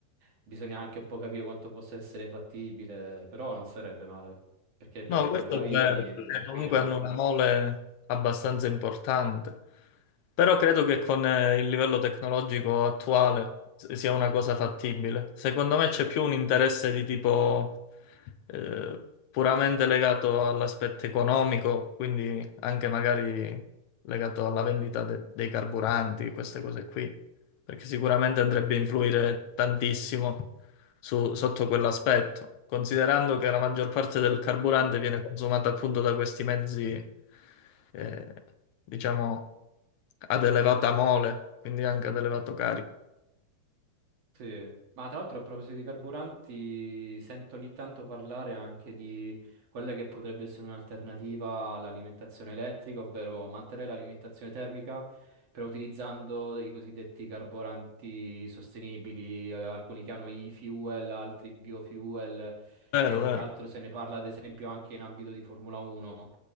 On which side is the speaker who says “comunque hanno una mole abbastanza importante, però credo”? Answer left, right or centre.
Left